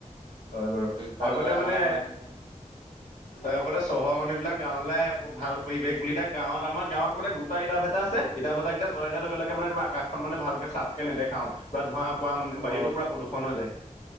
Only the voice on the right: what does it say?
কল
কাৰখানা
বনাইছে
অ